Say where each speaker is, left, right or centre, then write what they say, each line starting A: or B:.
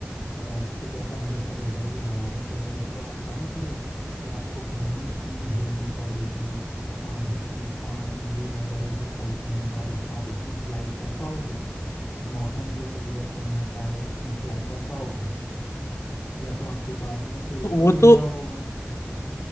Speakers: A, on the left (about 45°); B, on the left (about 85°).
A: अ, कुछ ऐसा मिरेकल हो जाए या हवा में चलने लगे तो आप समझ रहे हो कि आपको गर्मी कितनी झेलनी पड़ेगी आंधी तूफान ये वगैरह जो चलते हैं बारिश आप इसमें फ्लाई कर पाओगे मौसम जो परिवर्तन होता है इसमें फ्लाई कर पाओगे या तो आपको बादलों से ऊपर
B: तो वो
A: उड़ना
B: तो
A: होगा